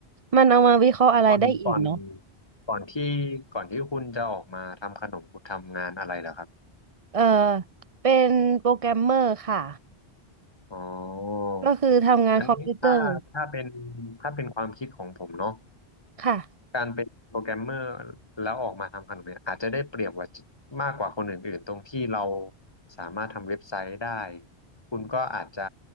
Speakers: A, on the right; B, on the left.
A: มันเอามาวิเคราะห์อะไรได้อีกเนาะ
B: ก่อนก่อนก่อนที่ก่อนที่คุณจะออกมาทำขนมคุณทำงานอะไรเหรอครับ
A: เออเป็นโปรแกรมเมอร์ค่ะ
B: อ๋อ
A: ก็คือทำงานคอมพิวเตอร์
B: อันนี้ถ้าถ้าเป็นถ้าเป็นความคิดของผมเนาะ
A: ค่ะ
B: การเป็นโปรแกรมเมอร์แล้วออกมาทำขนมเนี่ยอาจจะได้เปรียบกว่ามากกว่าคนอื่นๆตรงที่เราสามารถทำเว็บไซต์ได้คุณก็อาจจะ